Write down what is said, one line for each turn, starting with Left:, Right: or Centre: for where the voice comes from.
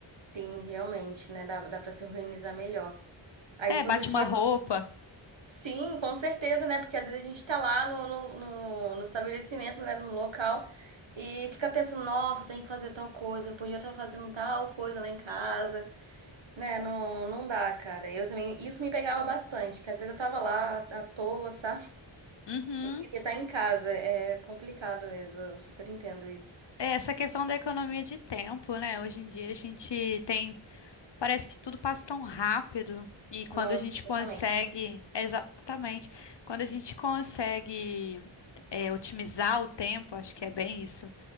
Right: Sim, realmente, né? Dá, dá para se organizar melhor. Aí
Left: É,
Right: todo
Left: bate
Right: dia
Left: uma roupa.
Right: você. Sim, com certeza, né? Porque às vezes a gente tá lá no, no, no- no estabelecimento, né? No local, e fica pensando, nossa, tem que fazer tal coisa, eu podia estar fazendo tal coisa lá em casa. Né, não, não dá, cara. Eu também. Isso me pegava bastante, que às vezes eu tava lá à toa, sabe?
Left: Uhum.
Right: Queria estar em casa. É é complicado mesmo. Eu super entendo isso.
Left: É, essa questão da economia de tempo, né? Hoje em dia a gente tem. Parece que tudo passa tão rápido. E quando
Right: Nossa,
Left: a gente
Right: exatamente.
Left: consegue. é, Exatamente. Quando a gente consegue é, otimizar o tempo, acho que é bem isso.